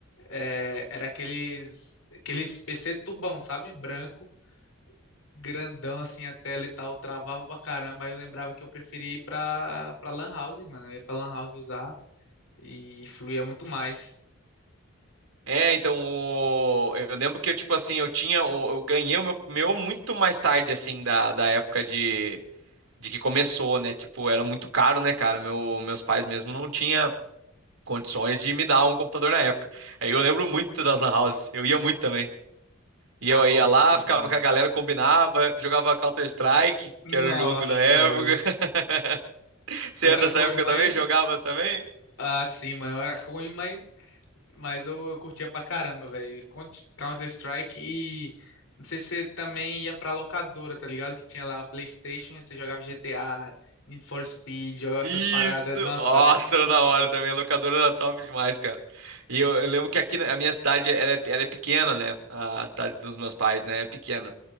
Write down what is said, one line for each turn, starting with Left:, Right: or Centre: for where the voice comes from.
Left: é, era aqueles, aqueles PC tubão, sabe? Branco, grandão assim a tela e tal, travava pra caramba. Aí eu lembrava que eu preferia ir pra, pra Lan House, mano. Eu ia pra Lan House usar e fluía muito mais.
Right: É, então, o- eu lembro que, eu, tipo assim, eu tinha, o- eu ganhei o meu, meu muito mais tarde, assim, da, da época de, de que começou, né? Tipo, era muito caro, né, cara? Meu, meus pais mesmo não tinha condições de me dar um computador na época. Aí eu lembro muito das lan houses, eu ia muito também. E
Left: Ah,
Right: eu
Left: bom
Right: ia lá,
Left: sempre,
Right: ficava
Left: mano.
Right: com a galera, combinava, jogava Counter-Strike,
Left: Nossa,
Right: que era o jogo da época.
Left: mano.
Right: <laughs> Você
Left: Eu
Right: é
Left: era
Right: dessa
Left: ruim,
Right: época
Left: mas.
Right: também? Jogava também?
Left: Ah, sim, mano. Eu era ruim, mas Mas eu, eu curtia pra caramba, velho. Counter-Strike e. Não sei se você também ia pra locadora, tá ligado? Que tinha lá a PlayStation, você jogava GTA, Need for Speed, jogava essas
Right: Isso!
Left: paradas. Nossa,
Right: Nossa,
Left: era-
Right: era da hora também. A Locadora era top demais, cara. E eu, eu lembro que aqui na a minha cidade, ela é, ela é pequena, né? A cidade dos meus pais, né? É pequena.